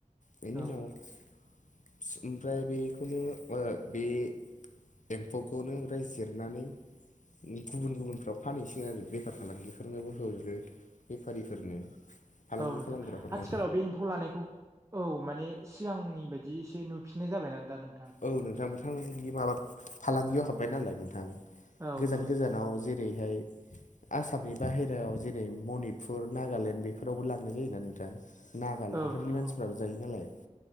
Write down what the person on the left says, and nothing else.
बेनि
उनाव फिस ओमफ्राय बेखौनो बे। एम्फौखौनो राइ जिरनानै। गुबुन गुबुनफ्राव फानहैसिगोन आरो बेफार फालांगिफोरनोबो हरो बेफारिफोरनो। फालांगि
खालामग्राफोरनो
औ नोंथां नोंथांदि माबा फालांगियाव हाबबाय नालाय नोंथां
गोजान
गोजानाव। जेरैहाय। आसामनि बाहेरायाव जेरै मनिपुर, नागालेण्ड बेफोरावबो लांनाय जायोना नोंथां। नागालेण्डफोरनि
मानसिफ्राबो
जायो नालाय।